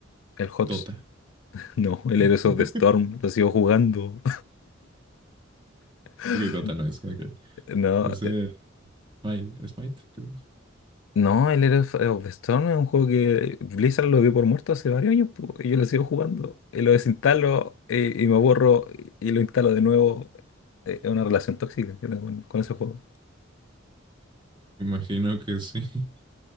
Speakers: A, on the left (about 75°); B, on the right (about 25°).
A: El HOTS.
B: Dota.
A: <laughs> No, el
B: <laughs>
A: Heroes of the Storm, lo sigo jugando. <laughs>
B: Ok, Dota no es, ok.
A: No,
B: Es el
A: eh,
B: Smite, Smite, creo.
A: no, el Heroes of the Storm es un juego que Blizzard lo dio por muerto hace varios años, po, y yo lo sigo jugando. Y lo desinstalo y, y me borro y, y lo instalo de nuevo. Eh, Es una relación tóxica que tengo con, con ese juego.
B: Imagino que sí. <laughs>